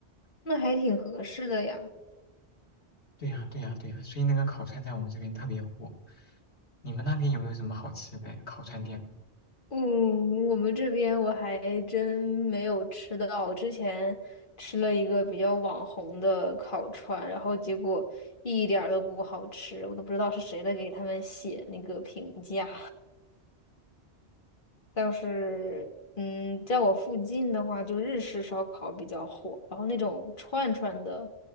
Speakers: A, on the left; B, on the left.
A: 那还挺合适的呀。
B: 对呀，对呀，对呀，所以那个烤串在我们这边特别火。你们那边有没有什么好吃的呀烤串店？
A: 嗯，我们这边我还真没有吃到。我之前吃了一个比较网红的烤串，然后结果一点儿都不好吃，我都不知道是谁在给他们写那个评价。倒是，嗯，在我附近的话，就日式烧烤比较火，然后那种串串的，